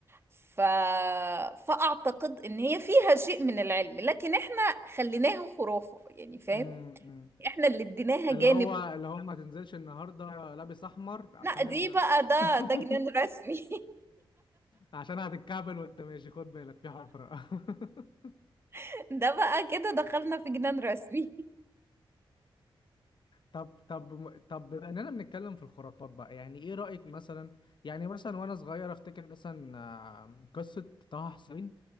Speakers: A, on the right (about 25°); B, on the left (about 55°).
A: ف... فأعتقد ان هي فيها شيء من العلم لكن احنا خليناها خرافة يعني فاهم
B: امم
A: احنا اللي اديناها
B: اللي
A: جانب
B: هو اللي هو ما تنزلش النهارده لابس احمر عشان
A: لا دي
B: انت
A: بقى ده
B: <laughs>
A: ده جنان رسمي
B: عشان هتتكعبل وانت ماشي خد بالك في حفرة <laughs>
A: <laughs> ده بقى كده دخلنا في جنان رسمي
B: طب طب طب بما اننا بنتكلم في الخرافات بقى يعني ايه رأيك مثلا يعني مثلا وانا صغير افتكر مثلا آه، قصة طه حسين